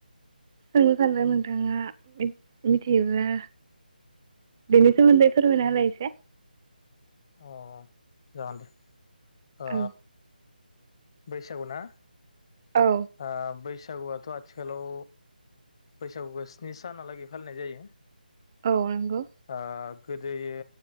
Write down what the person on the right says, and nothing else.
सोंनो सानदों नोंथाङा मिथियोब्ला बेनि सोमोन्दै फोरमायना होलाय एसे
औ
औ
औ नंगौ